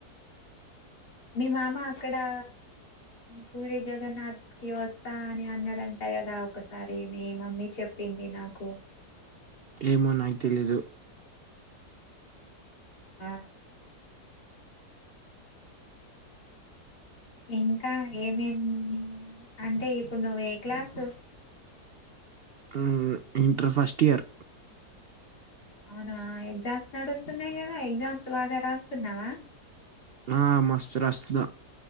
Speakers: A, on the left (about 75°); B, on the right (about 75°).
A: మీ మామ అక్కడా పూరి జగన్నాథ్ కి వస్తా అని అన్నాడంటా ట కదా ఒక్కసారి మీ మమ్మీ చెప్పింది నాకు
B: ఏమో నాకి తెలీదు
A: ఆ ఇంకా ఏంమేం అంటే ఇప్పుడు నువ్వే క్లాసు
B: ఉహ్ ఇంటర్ ఫస్టియర్
A: అవ్నా ఎగ్జామ్స్ నడుస్తున్నాయ్ గదా ఎగ్జామ్స్ బాగా రాస్తున్నావా
B: ఆ మస్తు రాస్తునా